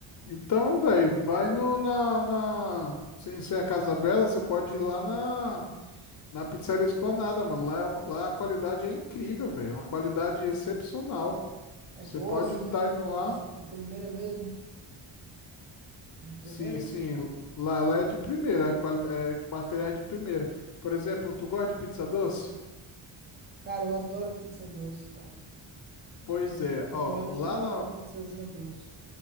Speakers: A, on the left; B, on the right.
A: Então, velho, vai no, na, na. Sem ser a Casa Bela, você pode ir lá na, na Pizzaria Esplanada, mano. Lá, é um- lá a qualidade é incrível, velho. É Uma qualidade excepcional.
B: É
A: Você
B: boa
A: pode
B: assim,
A: estar indo
B: tipo
A: lá.
B: assim, de primeira mesmo, de primeira?
A: Sim, sim. Lá, lá é de primeira. quali- É, materiais de primeira. Por exemplo, tu gosta de pizza doce?
B: Cara, eu adoro pizza doce, cara.
A: Pois
B: Puta,
A: é,
B: eu comia
A: ó.
B: era todo
A: Lá na,
B: dia uma pizzazinha doce.